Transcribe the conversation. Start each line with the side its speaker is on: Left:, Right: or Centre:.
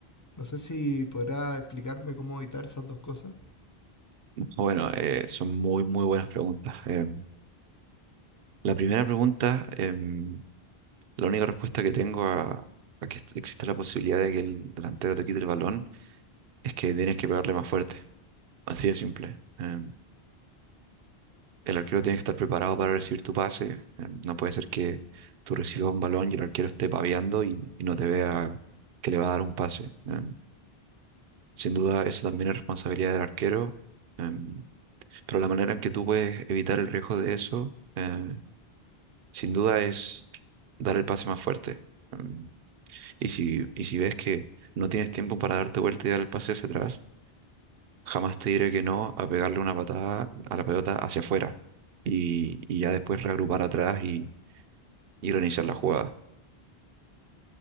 Left: No sé si podrá explicarme cómo evitar esas dos cosas.
Right: Bueno, eh, son muy, muy buenas preguntas. Em, la primera pregunta, em, la única respuesta que tengo a, a que est- exista la posibilidad de que el delantero te quite el balón es que tienes que pegarle más fuerte. Así de simple. Em, el arquero tiene que estar preparado para recibir tu pase. Em, no puede ser que tú recibas un balón y el arquero esté paviando y, y no te vea que le va a dar un pase. Em, sin duda, eso también es responsabilidad del arquero. Em, pero la manera en que tú puedes evitar el riesgo de eso... eh, sin duda es dar el pase más fuerte. Mm, Y si, y si ves que no tienes tiempo para darte vuelta y dar el pase hacia atrás, jamás te diré que no a pegarle una patada a la pelota hacia afuera y, y ya después reagrupar atrás y, y reiniciar la jugada.